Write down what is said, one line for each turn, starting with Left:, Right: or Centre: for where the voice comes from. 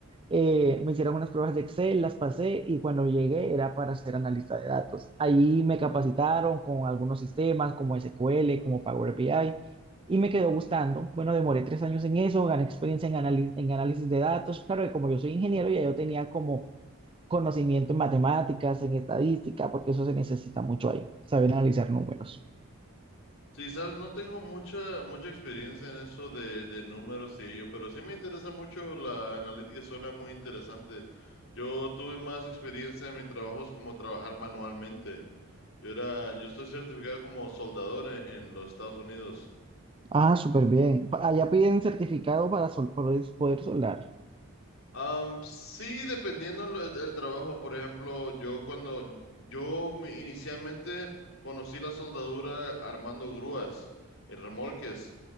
Right: Eh, me hicieron unas pruebas de Excel, las pasé y cuando llegué era para ser analista de datos. Ahí me capacitaron con algunos sistemas como SQL, como Power BI y me quedó gustando. Bueno, demoré tres años en eso, gané experiencia en, anali- en análisis de datos. Claro que como yo soy ingeniero, ya yo tenía como conocimiento en matemáticas, en estadística, porque eso se necesita mucho ahí, saber analizar números.
Left: Sí, sabes, no tengo mucha, mucha experiencia en eso de, de números y ello, pero sí me interesa mucho la analítica, suena muy interesante. Yo tuve más experiencia en mi trabajo es como trabajar manualmente. Yo era, yo estoy certificado como soldador en, en los Estados Unidos.
Right: Ah, súper bien. Pa- Allá piden certificado para sol- poder, poder soldar.
Left: Am, sí, dependiendo lo- del trabajo. Por ejemplo, yo cuando yo me- inicialmente conocí la soldadura armando grúas y remolques.